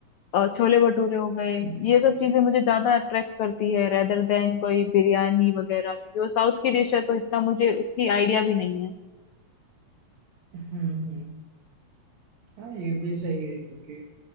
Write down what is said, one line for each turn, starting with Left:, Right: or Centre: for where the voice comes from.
Left: अ, छोले भटूरे हो गए
Right: हम्म
Left: ये सब
Right: हम्म
Left: चीजें
Right: हम्म।
Left: मुझे ज्यादा अट्रैक्ट करती है रेदर देन कोई बिरयानी वगैरह क्योंकि वो साउथ की डिश है तो इतना मुझे उसकी आइडिया भी नहीं है
Right: हम्म हम्म हाँ ये भी सही है क्योंकि